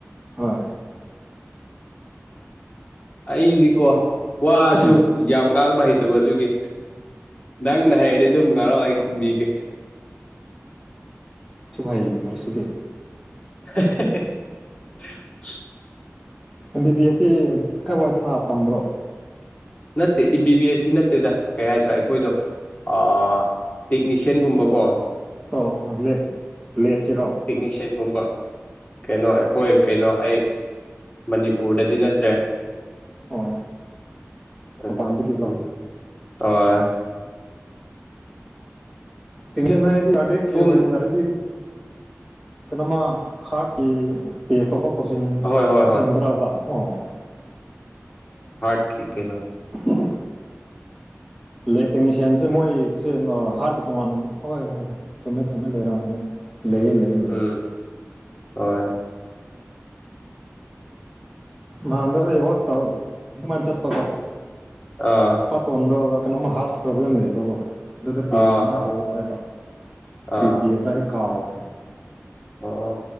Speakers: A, in the centre; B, on the left.
A: ꯍꯣꯏ
B: ꯑꯩꯗꯤꯀꯣ ꯋꯥꯁꯨ
A: ꯎꯝ
B: ꯌꯥꯝ ꯉꯥꯡꯕ ꯍꯩꯇꯕ ꯑꯗꯨꯒꯤ ꯅꯪꯅ ꯍꯩꯔꯗꯤ ꯑꯗꯨꯝ ꯉꯥꯡꯉꯣ ꯑꯩ ꯈꯨꯝꯕꯤꯒꯦ
A: ꯑꯁꯨꯛ ꯍꯩꯔꯤꯁꯤꯗꯤ
B: <inaudible> <unintelligible>
A: ꯑꯦꯝ ꯕꯤ ꯕꯤ ꯑꯦꯁꯇꯤ ꯀꯥꯏ ꯋꯥꯏꯗꯅ ꯇꯝꯕ꯭ꯔꯣ
B: ꯅꯠꯇꯦ ꯑꯦꯝ ꯕꯤ ꯕꯤ ꯑꯦꯁꯇꯤ ꯅꯠꯇꯦꯗ ꯀꯩ ꯍꯨꯑꯗꯣꯏꯅꯣ ꯑꯥ ꯑꯥ ꯇꯦꯛꯅꯤꯁꯤꯌꯥꯟꯒꯨꯝꯕꯀꯣ
A: ꯑꯣ ꯂꯦꯞꯀꯦꯔꯣ
B: ꯇꯦꯛꯅꯤꯁꯤꯌꯥꯟꯒꯨꯝꯕ ꯀꯩꯅꯣ ꯑꯩꯈꯣꯏ ꯀꯩꯅꯣ ꯑꯩ ꯃꯅꯤꯄꯨꯔꯗꯗꯤ ꯅꯠꯇ꯭ꯔꯦ
A: ꯑꯣ
B: <unintelligible>
A: ꯃꯄꯥꯟꯗꯒꯤꯀꯣ
B: <unintelligible>
A: ꯗꯤ ꯑꯇꯦꯛꯀꯤ
B: ꯁꯣꯝ
A: ꯈꯔꯗꯤ <unintelligible> ꯀꯩꯅ ꯃꯥ ꯍꯥꯁꯇꯣ ꯐ <unintelligible> ꯇꯟ
B: ꯍꯣꯏ ꯍꯣꯏ
A: ꯇꯁꯤꯟꯕ꯭ꯔꯕ
B: ꯍꯣꯏ
A: ꯑꯣ
B: ꯀ ꯀꯩꯅꯣ
A: ꯎ ꯏꯂꯦꯛꯇꯦꯛꯅꯤꯁꯤꯌꯥꯟꯁꯦ ꯃꯣꯏꯒꯤꯁꯦ ꯍꯥꯔꯠ ꯇꯣꯉꯥꯟ ꯑꯃ ꯍꯣꯏ ꯍꯣꯏ ꯆꯨꯝꯃꯦꯠ ꯆꯨꯝꯃꯦꯠ ꯂꯩꯔꯛꯑꯃꯅꯤ ꯂꯩ ꯂꯩ ꯂꯩ
B: ꯎꯝ ꯍꯣꯏ
A: ꯅꯥꯟꯗ ꯑꯩ ꯍꯣꯁ ꯇ ꯑꯗꯨꯃꯅ ꯆꯠꯄꯕ
B: ꯑꯥ
A: ꯄꯠꯇꯗ ꯀꯩꯅꯣꯝꯃ ꯍꯥꯔꯠꯀꯤ ꯄ꯭ꯔꯣꯕ꯭ꯂꯦꯝ ꯂꯩꯌꯦꯕꯀꯣ ꯑꯗꯨꯗ ꯇꯦꯖ
B: ꯑꯥ
A: ꯀꯩꯅꯣꯝꯃ
B: ꯑꯥ ꯑꯥ
A: ꯇꯧꯔꯛꯑꯣꯏ ꯍꯥꯏꯕ ꯀꯔꯤ
B: ꯑꯣ
A: ꯇꯦꯁ ꯎꯀꯥꯎꯟ
B: ꯑꯣ